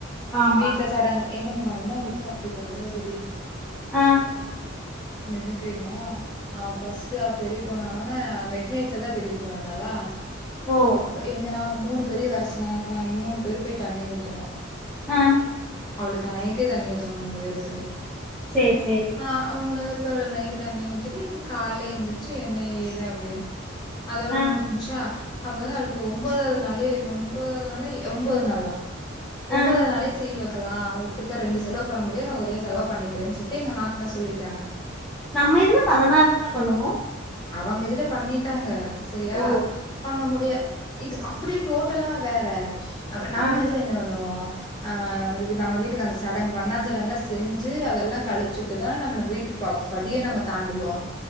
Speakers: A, in the centre; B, on the left.
A: ஆமா
B: வீட்ல சடங்கு ஏனா உங்க அண்ணா வீட்ல அப்டி கெடையாது டி
A: ஆ
B: என்ன தெரியுமா ஆ ஃபஸ்ட் அவ பெரிய பொண்ணு ஆனோனே மிட் நைட்ல தா பெரிய பொண்ணு ஆனாலா
A: ஓ
B: அப்ப எங்கனா ங்க மூணு பேரையு வரசொன்னாங்க அப்போ நாங்க மூணு பேரு போய் தண்ணி ஊத்துனோ
A: ஆ
B: அவுளுக்கு நைட்டே தண்ணி ஊத்தூனோ மூணு பேர் போய்
A: சேரி சேரி
B: ஆ அவ மூணு பேரு இப்ப இவளுக்கு நைட்டு தண்ணி ஊத்திட்டு இப்ப கால்ல எந்திரிச்சு என்ன ஏது அப்டினு அதோட
A: ஆ
B: முடிஞ்ச்சா அப்ப தா அவுளுக்கு ஒம்பதாவது நாளே ஒம்பதாவது நாளே ஒம்போது நாள் தா ஒம்பதாவது
A: ஆ
B: நாளே சீர் வக் க்லா உட்டுக்க ரெண்டு செலவு பண்ண முடியாது நா ஒரே செலவா பண்ணிக்கிறேன்னு சொல்லி எங்க நாத்னா சொல்லிட்டாங்க
A: நம்ம இதுல பதினாறு தான பண்ணுவோ
B: அவங்க இதுல பண்ணிட்டாங்க செரியா
A: ஓ
B: பண்ண முடியா இது அப்டி டோட்டலா வேற அப் நம்ம
A: ஆ
B: இதுல என்ன பண்ணுவோ ஆ நம்மது நம்ம வீட்டுக்கு அந்த சடங்கு வண்ணாஞ் சடங்குலா செஞ்சு அதல்லா கழிச்சுட்டுதா நம்மள வீட்டு ப படியே நம்ம தாண்டுவோ